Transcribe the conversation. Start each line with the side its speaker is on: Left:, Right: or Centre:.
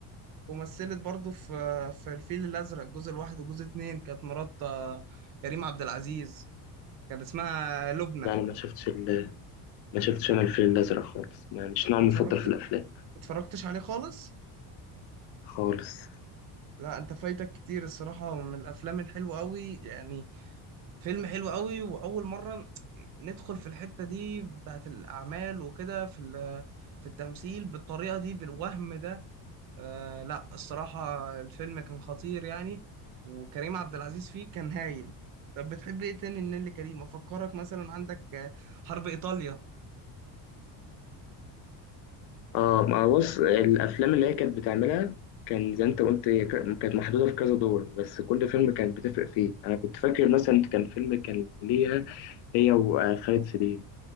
Right: ومثلت برضه في في الفيل الازرق الجزء الواحد والجزء اتنين كانت مرات آه، كريم عبد العزيز كانت اسمها لبنى
Left: لا أنا ما شفتش ال... ما شفتش أنا الفيل الأزرق خالص ما مش نوع مفضل
Right: اتفرجت
Left: في الأفلام
Right: اتفرجتش عليه خالص
Left: خالص
Right: لا انت فايتك كتير الصراحة من الافلام الحلوة قوي يعني فيلم حلو قوي واول مره ندخل في الحته دي بتاعت الاعمال وكده في ال- في التمثيل بالطريقه دي بالوهم ده آه لا الصراحه الفيلم كان خطير يعني وكريم عبد العزيز فيه كان هايل طب بتحب ايه تاني لنيللي كريم افكرك مثلا عندك آه، حرب ايطاليا
Left: اه ما بص الافلام اللي هي كانت بتعملها كان زي انت قلت هي ك- كانت محدوده في كذا دور بس كل فيلم كانت بتفرق فيه انا كنت فاكر مثلا كان فيلم كان ليها هي وخالد سليم